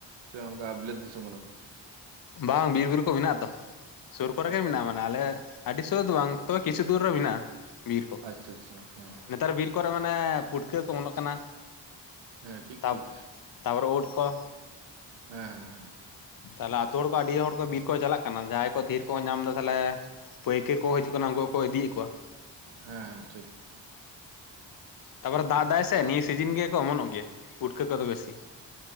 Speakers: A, on the right; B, on the left.
A: ᱥᱮ ᱚᱱᱠᱟ ᱵᱤᱞᱟᱛ ᱫᱤᱥᱚᱢ ᱠᱟᱱᱟ ᱯᱮ᱾
B: ᱵᱟᱝ ᱵᱤᱨᱵᱩᱨᱩ ᱠᱚ ᱢᱮᱱᱟᱜ ᱛᱚ ᱥᱩᱨ ᱠᱚᱨᱮ
A: ᱟᱪᱪᱷᱟ
B: ᱜᱮ ᱢᱮᱱᱟᱜᱼᱟ ᱢᱟᱱᱮ᱾ ᱟᱞᱮ ᱟᱹᱰᱤ ᱥᱳᱨ ᱫᱚ ᱵᱟᱝ ᱛᱮ ᱠᱤᱪᱷᱩ ᱫᱩᱨ ᱨᱮ ᱢᱮᱱᱟᱜᱼᱟ᱾ ᱵᱤᱨ ᱠᱚ
A: ᱟᱪᱪᱷᱟ ᱟᱪᱪᱷᱟ ᱦᱮᱸ
B: ᱱᱮᱛᱟᱨ ᱵᱤᱨ ᱠᱚᱨᱮ ᱢᱟᱱᱮ ᱯᱩᱴᱠᱟᱹ ᱠᱚ ᱚᱢᱚᱱᱚᱜ ᱠᱟᱱᱟ᱾
A: ᱦᱮᱸ ᱴᱷᱤᱠ
B: ᱛᱟᱯ
A: ᱴᱷᱤᱠ
B: ᱛᱟᱯᱚᱨᱮ ᱩᱫ ᱠᱚ
A: ᱦᱮᱸ ᱦᱮᱸ ᱦᱮᱸ
B: ᱛᱟᱦᱞᱮ ᱟᱹᱛᱩ ᱦᱚᱲ ᱠᱚ ᱟᱹᱰᱤ ᱦᱚᱲ ᱠᱚ ᱵᱤᱨ ᱠᱚ ᱪᱟᱞᱟᱜ ᱠᱟᱱᱟ ᱡᱟᱦᱟᱸᱭ ᱠᱚ ᱫᱷᱮᱨ ᱠᱚ ᱧᱟᱢ ᱮᱫᱟ ᱛᱟᱦᱞᱮ᱾ ᱯᱟᱹᱭᱠᱟᱹᱨ ᱠᱚ ᱦᱤᱡᱩᱜ ᱠᱟᱱᱟ ᱩᱱᱠᱩ ᱠᱚ ᱤᱫᱤᱭᱮᱫ ᱠᱚᱣᱟ᱾
A: ᱦᱮᱸ ᱴᱷᱤᱠ
B: ᱛᱟᱯᱚᱨᱮ ᱫᱟᱜ ᱫᱟᱭ ᱥᱮ ᱱᱤᱭᱟᱹ ᱥᱤᱡᱤᱱ ᱜᱮᱠᱚ ᱚᱢᱚᱱᱚᱜ ᱜᱮᱭᱟ ᱯᱩᱴᱠᱟᱹ ᱠᱚᱫᱚ ᱵᱮᱥᱤ